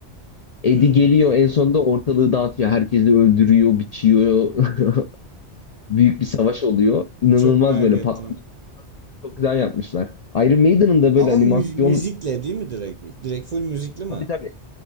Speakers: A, on the left (about 50°); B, on the right (about 45°).
A: Eddie
B: Hmm,
A: geliyor en sonunda ortalığı dağıtıyor. Herkesi öldürüyor, biçiyor. <laughs> Büyük bir savaş oluyor. İnanılmaz
B: Çok merak
A: böyle
B: ettim.
A: patlamış. Çok güzel yapmışlar. Iron Maiden'ın da
B: Ama
A: böyle animasyon...
B: müz- müzikle değil mi direkt? Direkt full müzikli mi?
A: Tabii tabii.